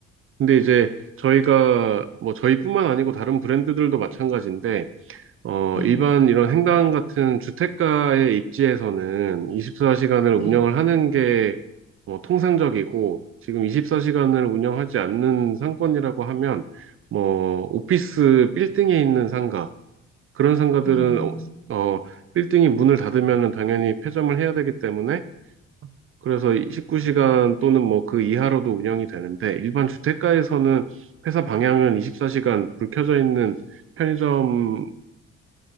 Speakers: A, on the right; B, on the left.
A: 근데 이제 저희가, 뭐, 저희뿐만 아니고 다른 브랜드들도 마찬가지인데, 어,
B: 네.
A: 일반 이런 행당 같은 주택가의 입지에서는 24시간을
B: 네.
A: 운영을 하는 게 뭐 통상적이고 지금 24시간을 운영하지 않는 상권이라고 하면 뭐 오피스 빌딩에 있는 상가 그런 상가들은
B: 음.
A: 어, 어, 빌딩이 문을 닫으면은 당연히 폐점을 해야 되기 때문에 그래서 19시간 또는 뭐 그 이하로도 운영이 되는데 일반 주택가에서는 회사 방향은 24시간 불 켜져 있는 편의점일